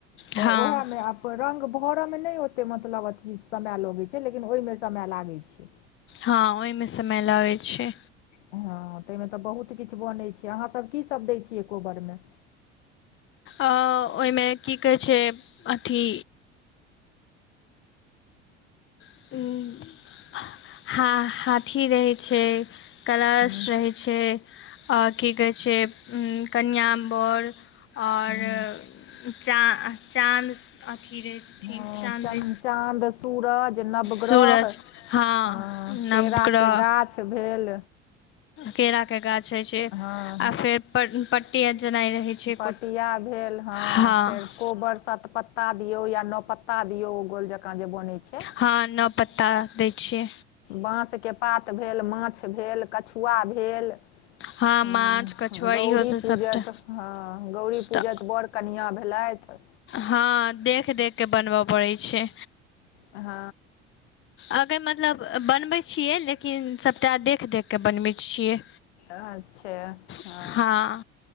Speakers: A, on the left (about 70°); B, on the left (about 35°).
A: त
B: हँ
A: ओएहेमे आ रंग भरय मे नहि ओते मतलब अथि समय लगैत छै लेकिन ओहि मे समय लागै छै
B: ह ओहि मे समय मेला होई छै।
A: हँं तय मे त बहुत किछु बनै छै अहाँ सभ कि सभ दैत छियै कोबर मे
B: अ ओहि मे कि कहै छै अथि ह ह हाथी रहै छै कलश
A: हूँ
B: रहै छै आ कि कहैत छै कनिआ बर ओर
A: हूँ
B: चा चाँद अथि रहै
A: हँ
B: चांद
A: चन चाँद सूरज नवग्रह
B: सूरज ह
A: हँ केराके
B: नवग्रह
A: गाछ भेल
B: केरा के गाछ होय छै
A: हँ
B: आ फेर पट्टी जेना रहै छै
A: पटिया
B: को
A: भेल ह
B: हँ
A: फेर कोबर सत पत्ता दियो या न पत्ता दियऔ ओ गोल जका जे बनै छै
B: ह नओ पत्ता दै छियै
A: बास के पात भेल माछ भेल कछु पुआ भेल
B: हँ
A: हु
B: माछ कछुआ
A: गौरी
B: इहो सब
A: पूजत
B: सबटा
A: ह गौड़री पूजतऽ
B: तऽ
A: बड़ कनिआ भेलथि
B: हँ देख देख कऽ बनबऽ पड़ै छै
A: ह ह
B: अगर मतलब बनबैत छियै लेकिन सभटा देख देख क बनबैत छियै
A: अच्छा ह
B: हँ